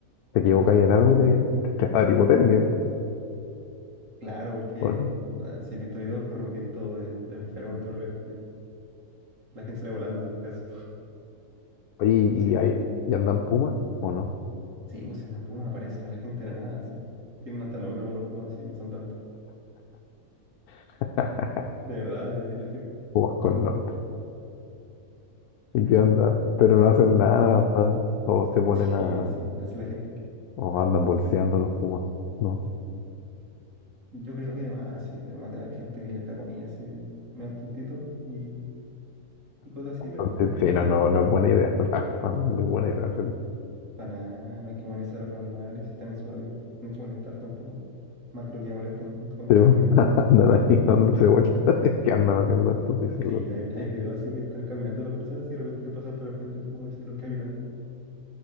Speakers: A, on the left; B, on the right.
A: te equivocáis en algo y te, te, te va a dar hipotermia.
B: Claro, porque
A: po, ¿o no?
B: puta, si he visto videos corre un viento de, de enfermo en torres sí. La gente sale volando, sí, casi.
A: Oye, ¿y,
B: Y sí,
A: y,
B: pues.
A: hay- y andan
B: ¿Mm?
A: pumas o no?
B: Sí, pues si andan pumas aparecen a la gente de la nada, sí. Tienen hasta nombre algunos pumas, sí, no son tantos.
A: <laughs>
B: De verdad, les, les tienen
A: Pumas con norte. ¿Y
B: nombre.
A: qué onda? Pero no hacen nada,
B: Y
A: andan- o se ponen a,
B: sí, así, así la gente.
A: o andan bolseando los pumas, ¿no?
B: Yo creo que además, sí, además debe haber gente que le da comida así de medio tontito y, y cosas así, pero
A: Antes-
B: bueno,
A: Sí,
B: hay
A: no,
B: de-
A: no, no es buena idea, <laughs> no es muy buena idea.
B: para nada, no hay que humanizar a los animales, si están en su hábitat, no hay que molestar tampoco. Más de lo que ya molestan con
A: Sí,
B: todo
A: po.
B: lo que tienen
A: <laughs>
B: ahí.
A: Andan ahí dándose vueltas. <laughs> ¿Qué andan haciendo estos discípulos?
B: Sí, hay,
A: <laughs>
B: hay videos así que están caminando las personas y de repente le pasan por el frente el puma así los queda mirando.